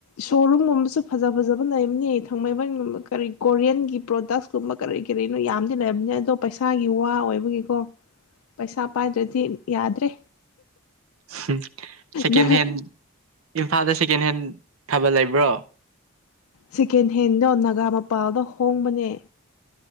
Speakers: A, on the left; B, on the right.
A: ꯁꯣꯔꯨꯝꯒꯨꯝꯕꯖꯨ ꯐꯖ ꯐꯖꯕ ꯂꯩꯕꯅꯤ ꯊꯥꯡꯃꯩꯕꯟꯒꯨꯝꯕ ꯀꯔꯤ ꯀꯣꯔꯤꯌꯟꯒꯤ ꯄ꯭ꯔꯣꯗꯛꯁ ꯀꯨꯝꯕ ꯀꯔꯤ ꯀꯔꯤꯅꯣ ꯌꯥꯝꯗꯤ ꯂꯩꯔꯝꯅꯦ ꯑꯗꯣ ꯄꯩꯁꯥꯒꯤ ꯋꯥ ꯑꯣꯏꯕꯒꯤꯀꯣ ꯄꯩꯁꯥ ꯄꯥꯏꯗ꯭ꯔꯗꯤ ꯌꯥꯗ꯭ꯔꯦ
B: ꯍꯝ ꯁꯦꯀꯦꯟ
A: ꯅꯪ
B: ꯍꯦꯟ ꯏꯝꯐꯥꯜꯗ ꯁꯦ ꯁꯦꯀꯦꯟ ꯍꯦꯟ ꯊꯤꯕꯜ ꯂꯩꯕ꯭ꯔꯣ
A: ꯁꯦꯀꯦꯟ ꯍꯦꯟꯗꯣ ꯅꯒꯥꯃꯄꯥꯜꯗꯣ ꯍꯣꯡꯕꯅꯦ